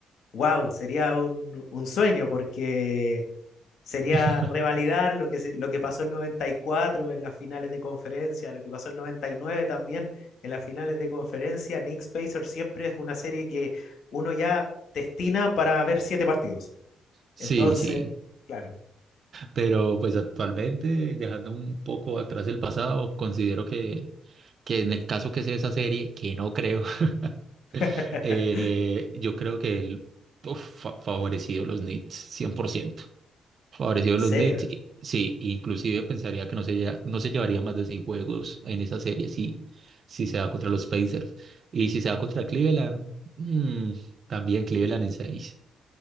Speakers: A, on the left; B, on the right.
A: wow, sería un, un sueño porque sería
B: <laughs>
A: revalidar lo que, se- lo que pasó el 94 en las finales de conferencia, lo que pasó el 99 también en las finales de conferencia. Knicks Pacers siempre es una serie que uno ya destina para ver siete partidos.
B: sí,
A: Entonces,
B: sí.
A: claro.
B: Pero pues actualmente, dejando un poco atrás el pasado, considero que, que en el caso que sea esa serie, que no creo,
A: <laughs>
B: <laughs> eh, yo creo que el, uf, fa- favorecido los Knicks, 100%. Favorecido
A: ¿En
B: los
A: serio?
B: Knicks, y- sí, inclusive pensaría que no se, lle- no se llevaría más de seis juegos en esa serie si, si se da contra los Pacers. Y si se da contra Cleveland, mm, también Cleveland en seis.